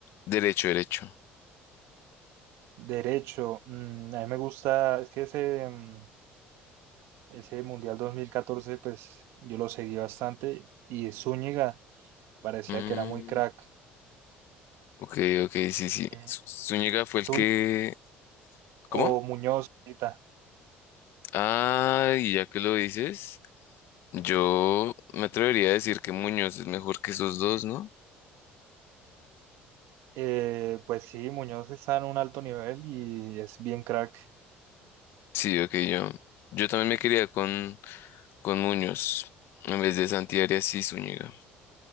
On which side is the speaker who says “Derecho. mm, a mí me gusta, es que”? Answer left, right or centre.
Right